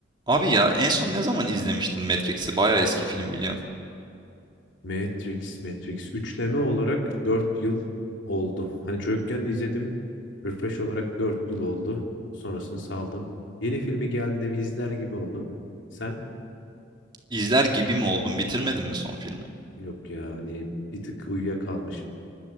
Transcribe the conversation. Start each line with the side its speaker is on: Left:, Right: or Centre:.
Right: Abi ya en son ne zaman izlemiştin Matrix'i? Bayağı eski film biliyorsun.
Left: Matrix, Matrix. Üçleme olarak 4 yıl oldu. Hani çocukken izledim. Refresh olarak 4 yıl oldu. Sonrasını saldım. Yeni filmi geldiğinde bir izler gibi oldum. Sen?
Right: İzler gibi mi oldun? Bitirmedin mi son filmi?
Left: Yok ya hani bir tık uyuyakalmışım.